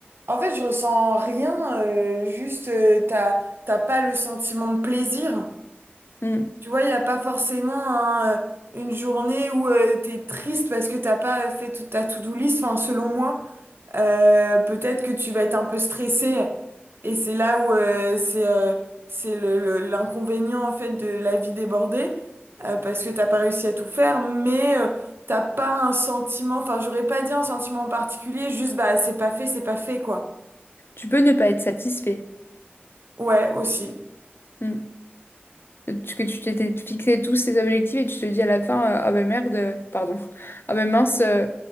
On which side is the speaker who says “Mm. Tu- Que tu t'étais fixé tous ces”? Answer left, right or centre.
Left